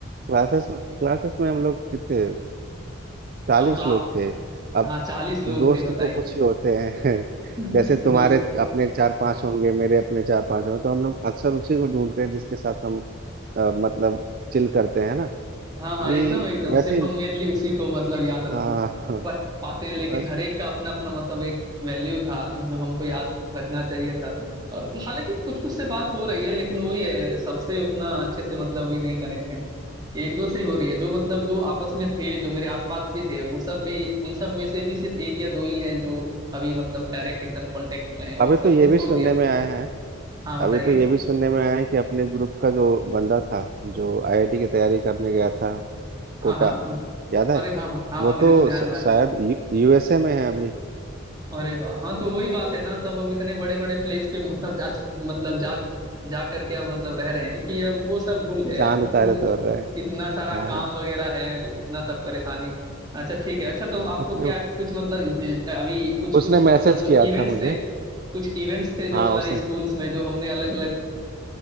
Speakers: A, on the right; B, on the right.
A: क्लासेस में क्लासेस में हम लोग कितने चालीस
B: हम क्लास
A: लोग थे अब
B: हाँ चालीस लोग
A: दोस्त
B: थे बताइए
A: तो कुछ ही होते हैं <laughs>
B: <laughs>
A: जैसे तुम्हारे
B: दोस्त
A: अपने चार पांच होंगे मेरे अपने चार पांच होंगे तो हम लोग अक्सर उसी को ढूंढते हैं जिसके साथ हम अ, मतलब चिल करते हैं ना
B: हाँ
A: अभी
B: हाँ एकदम एकदम
A: वैसे
B: सिर्फ
A: ही-
B: हम मेनली उसी को मतलब याद रख
A: हाँ हाँ,
B: रख पाते हैं लेकिन
A: बस
B: हर एक का अपना अपना मतलब एक वैल्यू था जो हमको याद रखना चाहिए था और हालांकि कुछ कुछ से बात हो रही है लेकिन वही है सबसे उतना अच्छे से मतलब अभी नहीं कनेक्ट है एक दो से ही हो रही है जो मतलब जो आपस में थे जो मेरे आसपास भी थे वो सब भी उन सब में से भी सिर्फ एक या दो ही हैं जो अभी मतलब डायरेक्ट एकदम कांटेक्ट में है और
A: अभी
B: सबने
A: तो ये
B: छोड़
A: भी सुनने
B: दिया
A: में आया है
B: हाँ बताइए
A: अभी तो ये भी सुनने में आया है कि अपने ग्रुप का जो बंदा था जो आईआईटी की तैयारी करने गया था
B: हाँ
A: कोटा
B: हाँ
A: याद है
B: अरे हाँ हाँ हाँ
A: वो
B: हाँ
A: तो
B: मेरे को ध्यान
A: श-
B: में आ रहा
A: शायद
B: है
A: यू, यूएसए में है अभी
B: अरे वाह हाँ तो वही बात है ना सब अब इतने बड़े बड़े प्लेस पे मतलब जा मतलब जा जा करके अब मतलब रह रहे हैं कि अब वो सब भूल गए
A: चांद
B: अब
A: तारे
B: वो
A: तोड़ रहे हैं
B: इतना सारा
A: हाँ
B: काम वगैरह है इतना सब परेशानी है अच्छा ठीक है अच्छा तो आपको
A: उसने
B: क्या कुछ मतलब ये- अभी कुछ
A: उसने
B: कुछ
A: मैसेज
B: मतलब जो
A: किया
B: इवेंट्स
A: था मुझे
B: थे कुछ इवेंट्स थे जो
A: हाँ
B: हमारे
A: उसने
B: स्कूल्स में जो हमने अलग अलग